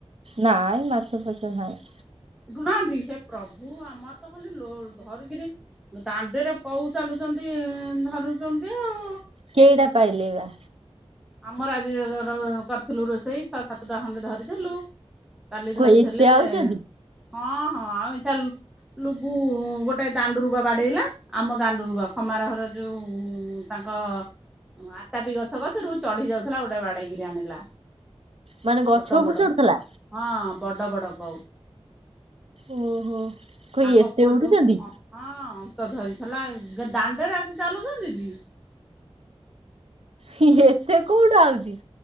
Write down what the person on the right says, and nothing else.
ନାଇଁ ମାଛ ଫାଛ ନାଇଁ।
କେଇଟା ପାଇଲେଇ ବା?
କ
ଏତେ ଆଉଛନ୍ତି
ମାନେ ଗଛ
ଉପରୁ
ଚଢୁଥିଲା।
ଓହୋ। କଇ
ଏତେ
ଉଠୁଛନ୍ତି
ହିଁ ଏତେ କୋଉଟୁ ଆଉଚୀ?